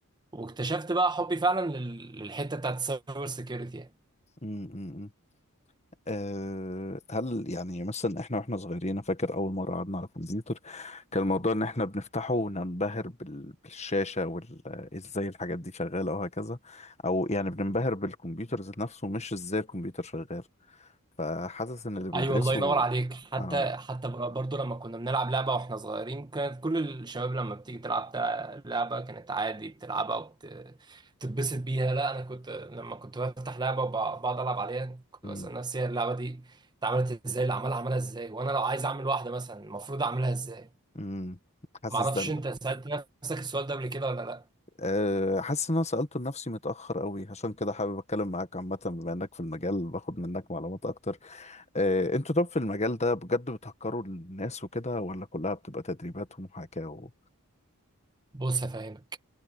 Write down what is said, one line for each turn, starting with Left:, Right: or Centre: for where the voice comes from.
Right: واكتشفت بقى حبي فعلا لل- للحته بتاعت السايبر سيكيورتي
Left: امم أه هل يعني مثلا احنا واحنا صغيرين أنا فاكر اول مره قعدنا على الكمبيوتر كان الموضوع ان احنا بنفتحه وننبهر بال- بالشاشه وازاي الحاجات دي شغاله وهكذا او يعني بننبهر بالكمبيوتر ذات نفسه مش ازاي الكمبيوتر شغال فحاسس ان اللي بيدرسوا
Right: ايوه الله ينور عليك حتى
Left: اه
Right: حتى برضو لما كنا بنلعب لعبه واحنا صغيرين كانت كل الشباب لما بتيجي تلعب تا- لعبه كانت عادي بتلعبها وبتتبسط بيها لا انا كنت لما كنت بفتح لعبه وبقعد العب عليها كنت
Left: امم
Right: بسال نفسي هي اللعبه دي اتعملت ازاي اللي عملها عملها ازاي وانا لو عايز اعمل واحده مثلا المفروض اعملها ازاي
Left: امم حاسس
Right: ما اعرفش
Left: ده اللي-
Right: انت سالت نفسك السؤال ده قبل كده ولا لا
Left: أه حاسس ان انا سالته لنفسي متاخر قوي عشان كده حابب اتكلم معاك عامه بما انك في المجال باخد منك معلومات اكتر آه، انتوا طب في المجال ده بجد بتهكروا الناس وكده ولا كلها بتبقى تدريبات ومحاكاة و...
Right: بص هفهمك